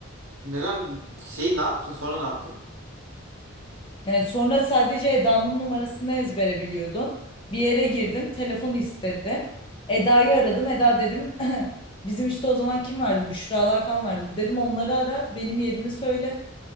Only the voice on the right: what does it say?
Neden şey ne yaptın sonra ne yaptın?